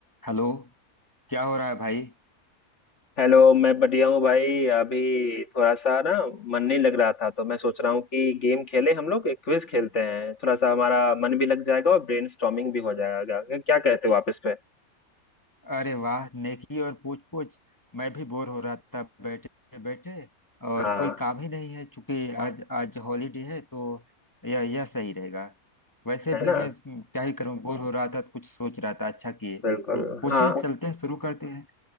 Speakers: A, on the left (about 15°); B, on the left (about 50°).
A: Hello क्या हो रहा है भाई
B: Hello मैं बढ़िया हूँ भाई अभी थोड़ा सा ना मन नहीं लग रहा था तो मैं सोच रहा हूँ कि गेम खेले हम लोग एक क्विज खेलते हैं थोड़ा सा हमारा मन भी लग जाएगा और ब्रेनस्टॉर्मिंग भी हो जाएगा क्या कहते हो आप इस पे
A: अरे वाह नेकी और पूछ पूछ मैं भी बोर हो रहा था बैठे बैठे और
B: हाँ
A: कोई काम ही नहीं है चूंकि आज आज हॉलीडे है तो यह यह सही रहेगा वैसे
B: है
A: भी
B: ना
A: मैं हम्म, क्या ही करूं बोर हो रहा था तो कुछ सोच रहा था अच्छा किए
B: बिल्कुल
A: तो पूछिए
B: हाँ
A: चलते हैं शुरू करते हैं